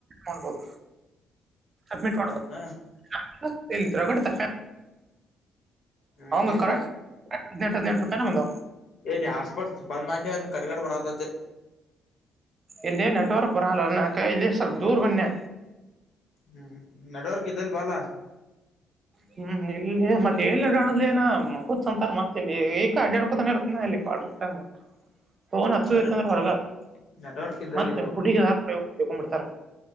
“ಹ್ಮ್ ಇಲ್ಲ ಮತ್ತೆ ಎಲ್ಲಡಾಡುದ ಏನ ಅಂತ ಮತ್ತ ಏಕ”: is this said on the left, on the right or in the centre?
Right